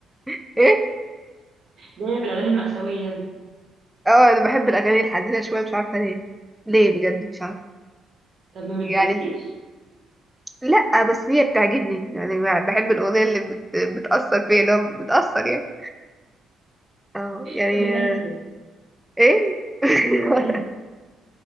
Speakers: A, in the centre; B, on the right.
A: <laughs> إيه
B: جايه في الاغاني المأساوية انت
A: اه أنا بحب الأغاني الحزينة شوية مش عارفة ليه ليه بجد مش عارفة
B: طب ما بتضايقكيش
A: يعني لأ بس هي بتعجبني يعني ما- بحب الأغنية اللي بت... بتأثر فيا اللي هو بتأثر يعني اه يعني
B: تحبي جلد
A: آه،
B: ازاي
A: إيه <laughs>
B: جلد